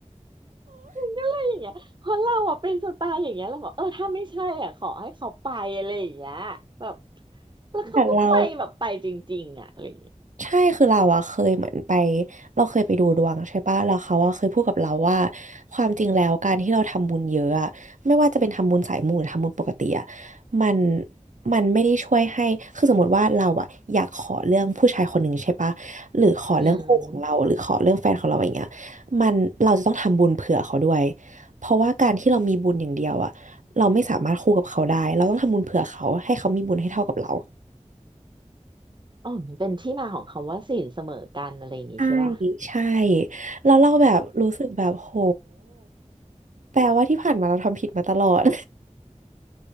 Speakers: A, on the right; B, on the right.
A: มันก็เลยอย่างเงี้ยเพราะเราอะเป็นสไตล์อย่างเงี้ยเราบอกเออถ้าไม่ใช่อ่ะขอให้เขาไปอะไรอย่างเงี้ยแบบแล้วเขาก็ไปแบบไปจริงๆอ่ะอะไรอย่างเงี้ย
B: แต่เรา ใช่คือเราอะเคยเหมือนไปเราเคยไปดูดวงใช่ปะแล้วเขาอะเคยพูดกับเราว่าความจริงแล้วการที่เราทำบุญเยอะอะไม่ว่าจะเป็นทำบุญสายมูหรือทำบุญปกติอะมันมันไม่ได้ช่วยให้คือสมมติว่าเราอะอยากขอเรื่องผู้ชายคนหนึ่งใช่ปะหรือขอเรื่องคู่ของเราหรือขอเรื่องแฟนของเราอย่างเงี้ย
A: อืม
B: มันเราจะต้องทำบุญเผื่อเขาด้วยเพราะว่าการที่เรามีบุญอย่างเดียวอะเราไม่สามารถคู่กับเขาได้เราต้องทำบุญเผื่อเขาให้เขามีบุญให้เท่ากับเรา
A: อ๋อมันเป็นที่มาของคำว่าศีลเสมอกันอะไรอย่างงี้ใช่ป่ะ
B: ใช่ใช่แล้วเราแบบรู้สึกแบบโหแปลว่าที่ผ่านมาเราทำผิดมาตลอด